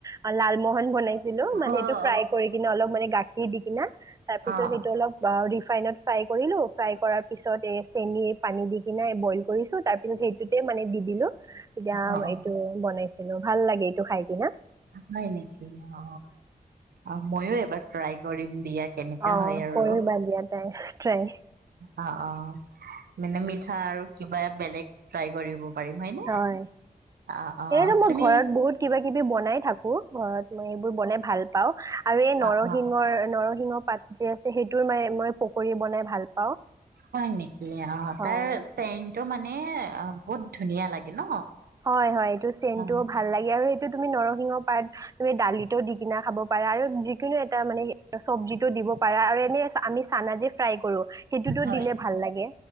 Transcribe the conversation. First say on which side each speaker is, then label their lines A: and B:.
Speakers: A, on the right; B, on the right.
A: অ, লালমোহন বনাইছিলো,
B: অ
A: মানে
B: অ
A: সেইটো ফ্ৰাই
B: অ
A: কৰি কিনে অলপ মানে গাখীৰ গাখীৰ দি কিনে তাৰপিছত,
B: অ
A: সেইটো অলপ ৰিফাইনত ফ্ৰাই কৰিলো। ফ্ৰাই কৰাৰ পিছত এই পানী দি কিনে বইল কৰিছো, তাৰ পিছত সেইটোতে মানে দি দিলো। এতিয়া
B: অ অ অ
A: এইটো বনাইছো। <unintelligible> ভাল লাগে এইটো খাই কিনে।
B: হয় নেকি, অ, আহ মইয়ো এবাৰ ট্ৰাই কৰিম। <unintelligible>
A: অ
B: হয় আৰু
A: ক, ৰিবা দিয়া ট্ৰাই
B: অঁ অঁ, মানে মিঠা আৰু কিবা বেলেগ ট্ৰাই কৰিব। পাৰিম হয়নে
A: হয়,
B: অ অ
A: এতো মই
B: তুমি
A: ঘৰত বহুত কিবা। কিবি বনাই থাকো। ঘৰত মই এইবোৰ বনাই ভাল। পও। আৰু এই নৰসিংহৰ
B: অ অ
A: নৰসিং। শিঙৰ পাত যে আছে সেইটো ম মই পকী বনাই ভাল পাওঁ।
B: হয়, নেকি অঁ
A: হয়
B: তাৰ চ। এইটো মানে অঁ বহুত ধুনীয়া লাগে। ন
A: হয় হয়, এইটো চেইনটোও
B: অ
A: ভাল লাগে আৰু এইটো। তুমি নৰসিংহ পাত তুমি দালিতটো দি কিনা খাব পাৰা আৰু যিকোনো এটা মানে চব্জিতটো দিব পাৰা আৰু এনে আমি চানা যে ফ্ৰাই কৰো। সেইটোতো
B: হয়,
A: দিলে ভাল লাগে